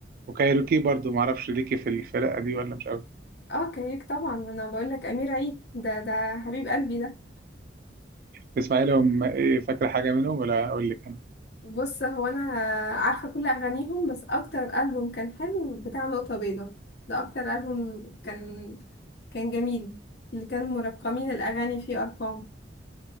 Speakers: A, on the right; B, on the left.
A: وكايروكي برضه معرفش ليكي في الفرقة دي ولا مش قوي
B: اه كيك طبعا ما انا بقول لك امير عيد ده ده حبيب قلبي ده
A: تسمعي لهم ايه فاكرة حاجة منهم ولا اقول لك انا
B: بص هو انا عارفة كل اغانيهم بس اكتر ألبوم كان حلو بتاع نقطة بيضاء ده اكتر ألبوم كان كان جميل اللي كان مرقمين الاغاني فيه ارقام